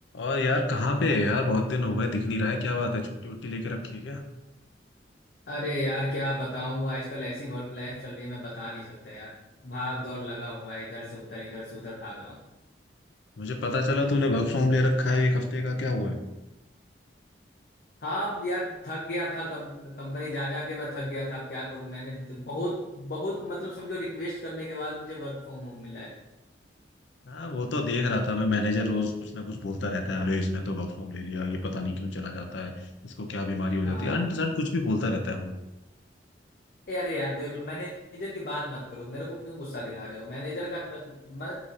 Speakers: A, on the left; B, on the left.
A: और यार कहाँ पे है यार बहुत दिन हो गए दिख नहीं रहा है क्या बात है छुट्टी वुट्टी लेके रखी है क्या
B: अरे यार क्या बताऊं आजकल ऐसी वर्क लाइफ चल रही है मैं बता नहीं सकता यार भाग दौड़ लगा हुआ है इधर से उधर इधर से उधर भाग रहा हूँ
A: मुझे पता चला तूने वर्क फ्रॉम ले रखा है एक हफ्ते का क्या हुआ है
B: हाँ अब यार थक गया था कम, कंपनी जा जा के मैं थक गया था अब क्या करूं मैंने तो बहुत बहुत मतलब समझो रिक्वेस्ट करने के बाद मुझे वर्क फ्रॉम होम मिला है
A: हाँ वो तो देख रहा था मैं मैनेजर रोज कुछ ना कुछ बोलता रहता है अरे इसने तो वर्क फ्रॉम ले लिया ये पता नहीं क्यों चला जाता है इसको क्या बीमारी हो
B: हाँ
A: जाती है अनपसंद कुछ भी बोलता रहता है वो
B: ए अरे यार देख लो मैनेजर की बात मत करो मेरे को क्यों गुस्सा दिला रहे हो मैनेजर का क- मैं,